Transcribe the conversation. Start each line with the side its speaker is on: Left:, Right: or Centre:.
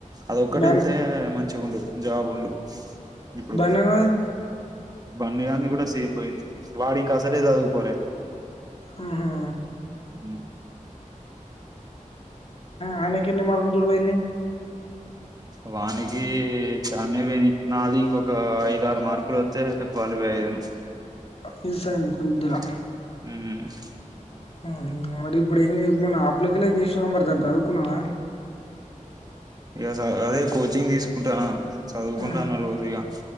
Right: అద ఒక్కటి
Left: బన్
Right: వెళ్తే మంచిగా ఉండు జాబ్ ఉండు అ ఇప్పుడు
Left: బనానా
Right: బండిన్న కూడా సేమ్ పోయింది వాడి ఇంకా అసలే చదువుకోలే
Left: మ్మ్ హ్మ్
Right: హ్మ
Left: అయనకి ఎన్ని మార్కులతో పోయింది
Right: వానికి చానే పోయినాయి నాది ఇంకొక ఐద ఆరు మార్కులు వస్తే క్వాలిఫై అయ ను
Left: మిస్ అయింది కొద్దిలా
Right: హ్మ
Left: హ్మ మడి అప్పుడు ఎ మ అప్పులకలా చేసిన కథ అవి చదువుకున్నావా
Right: ఎ అదే కోచింగ్ తీసుకుంటానా చదువుకుంటాను
Left: ఊహూ
Right: రోజుగా